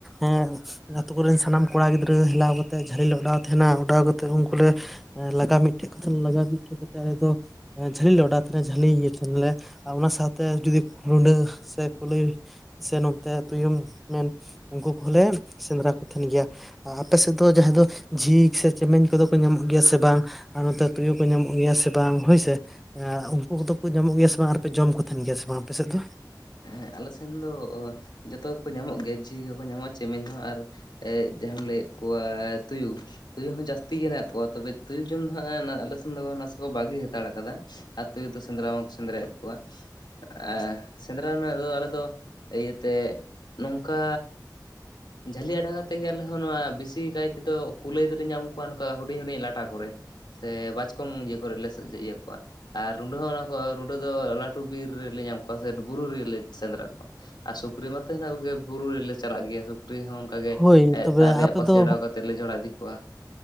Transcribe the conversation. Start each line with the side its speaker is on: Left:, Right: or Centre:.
Centre: ᱮ ᱾ ᱟᱹᱛᱩ ᱠᱚᱨᱮᱱ ᱥᱟᱱᱟᱢ ᱠᱚᱲᱟ ᱜᱤᱫᱽᱨᱟᱹ ᱦᱮᱞᱟᱣ ᱠᱟᱛᱮᱜ ᱡᱷᱟᱹᱞᱤ ᱞᱮ ᱚᱰᱟᱣ ᱛᱟᱦᱮᱱᱟ ᱚᱰᱟᱣ ᱠᱟᱛᱮᱜ ᱩᱱᱠᱩ ᱞᱮ ᱞᱟᱠᱼᱼ ᱠᱟ ᱢᱤᱫᱴᱷᱮᱡ ᱠᱟᱛᱮ ᱞᱮ ᱞᱟᱜᱟ ᱢᱤᱫᱴᱷᱮᱡ ᱠᱟᱛᱮ ᱟᱞᱮ ᱫᱚ ᱡᱷᱟᱹᱞᱤ ᱞᱮ ᱚᱰᱟᱣ ᱛᱟᱦᱮᱸᱱᱟ ᱡᱷᱟᱹᱞᱤ ᱤᱭᱟᱹ ᱛᱷᱮᱱᱞᱮ ᱾ ᱟᱨ ᱚᱱᱟ ᱥᱟᱶᱛᱮ ᱡᱩᱫᱤ ᱜᱩᱰᱟᱹ ᱥᱮ ᱠᱩᱞᱟᱹᱭ ᱥᱮ ᱱᱚᱱᱛᱮ ᱛᱩᱭᱩᱢ ᱢᱮᱱ ᱩᱱᱠᱩ ᱠᱚᱦᱚᱸᱞᱮ ᱥᱮᱸᱫᱽᱨᱟ ᱠᱚ ᱛᱟᱦᱮᱱ ᱜᱮᱭᱟ ᱾ ᱟᱻ ᱟᱯᱮ ᱥᱮᱫ ᱫᱚ ᱡᱟᱦᱟᱸᱭ ᱫᱚ ᱡᱷᱤᱠ ᱥᱮ ᱪᱮᱢᱮᱧ ᱠᱚᱫᱚ ᱠᱚ ᱧᱟᱢᱚᱜ ᱜᱮᱭᱟ ᱥᱮ ᱵᱟᱝ? ᱟᱨ ᱱᱚᱛᱮ ᱛᱩᱭᱩ ᱠᱚ ᱧᱟᱢᱚᱜ ᱜᱮᱭᱟ ᱥᱮ ᱵᱟᱝ ᱦᱳᱭ ᱥᱮ ᱾ ᱮ ᱩᱱᱠᱩ ᱠᱚᱫᱚ ᱠᱚ ᱧᱟᱢᱚᱜ ᱜᱮᱭᱟ ᱥᱮ ᱵᱟᱝ ᱟᱨᱯᱮ ᱡᱚᱢ ᱠᱚ ᱛᱟᱦᱮᱱ ᱜᱮᱭᱟ ᱥᱮ ᱵᱟᱝ ᱟᱯᱮ ᱥᱮᱫ ᱫᱚ?
Left: ᱦᱮᱸ ᱟᱞᱮ ᱥᱮᱱ ᱫᱚ ᱡᱚᱛᱚ ᱜᱮᱠᱚ ᱧᱟᱢᱚᱜ ᱜᱮᱭᱟ ᱡᱷᱤ ᱜᱮᱠᱚ ᱧᱟᱢᱚᱜᱼᱟ ᱪᱮᱢᱮᱧ ᱦᱚᱸ ᱟᱨ ᱾ ᱮᱜ ᱡᱟᱦᱟᱢ ᱞᱟᱹᱭᱮᱫ ᱠᱚᱣᱟ ᱛᱩᱭᱩ ᱾ ᱛᱩᱭᱩ ᱦᱚᱸ ᱡᱟᱥᱛᱤ ᱜᱮ ᱦᱮᱱᱟᱜ ᱠᱚᱣᱟ ᱛᱚᱵᱮ ᱛᱩᱭᱩ ᱡᱚᱢ ᱫᱚ ᱦᱟᱸᱜ ᱟᱞᱮ ᱥᱮᱱ ᱫᱚ ᱱᱟᱥᱮ ᱠᱚ ᱵᱟᱜᱤ ᱦᱟᱛᱟᱲ ᱠᱟᱫᱟ ᱾ ᱟ ᱛᱩᱭᱩ ᱫᱚ ᱥᱮᱸᱫᱽᱨᱟ ᱢᱟᱝ ᱥᱮᱸᱫᱽᱨᱟᱭᱮᱫ ᱠᱚᱣᱟ ᱮ ᱥᱮᱸᱫᱽᱨᱟ ᱨᱮᱱᱟᱜ ᱟᱫᱚ ᱟᱞᱮᱫᱚ ᱤᱭᱟᱹᱛᱮ ᱱᱚᱝᱠᱟ ᱡᱷᱟᱹᱞᱤ ᱟᱰᱟᱣ ᱠᱟᱛᱮᱫ ᱜᱮ ᱟᱞᱮ ᱦᱚᱸ ᱱᱚᱣᱟ ᱵᱮᱥᱤ ᱠᱟᱭ ᱛᱮᱫᱚ ᱠᱩᱞᱟᱹᱭ ᱫᱚᱞᱮ ᱧᱟᱢ ᱠᱚᱣᱟ ᱱᱚᱝᱠᱟ ᱦᱩᱰᱤᱧ ᱦᱩᱰᱤᱧ ᱞᱟᱴᱟ ᱠᱚᱨᱮ ᱾ ᱥᱮ ᱵᱟᱪᱠᱚᱢ ᱤᱭᱟᱹ ᱠᱚᱨᱮᱞᱮ ᱤᱭᱟᱹ ᱠᱚᱣᱟ ᱾ ᱟᱨ ᱨᱩᱸᱰᱟᱹ ᱦᱚᱸ ᱚᱱᱟ ᱠᱚ ᱨᱩᱸᱰᱟᱹ ᱫᱚ ᱞᱟᱹᱴᱩ ᱵᱤᱨ ᱨᱮᱞᱮ ᱧᱟᱢ ᱠᱚᱣᱟ ᱥᱮ ᱵᱩᱨᱩ ᱨᱮᱜᱮᱞᱮ ᱥᱮᱸᱫᱽᱨᱟ ᱠᱚᱣᱟ ᱾ ᱟᱨ ᱥᱩᱠᱨᱤ ᱢᱟᱛᱚ ᱦᱮᱱᱟᱜ ᱠᱚᱜᱮ ᱵᱩᱨᱩ ᱨᱮᱞᱮ ᱪᱟᱞᱟᱜ ᱜᱮᱭᱟ ᱥᱩᱠ ᱠᱷᱨᱤ ᱦᱚᱸ ᱚᱱᱠᱟ ᱜᱮ
Centre: ᱦᱳᱭ
Left: ᱮᱜ
Centre: ᱛᱚᱵᱮ
Left: ᱛᱟᱨ ᱨᱮᱭᱟᱜ
Centre: ᱟᱯᱮ
Left: ᱯᱟᱹᱥᱤ
Centre: ᱫᱚ
Left: ᱚᱰᱟᱣ ᱠᱟᱛᱮᱫ ᱞᱮ ᱡᱚᱲᱟ ᱤᱫᱤ ᱠᱚᱣᱟ ᱾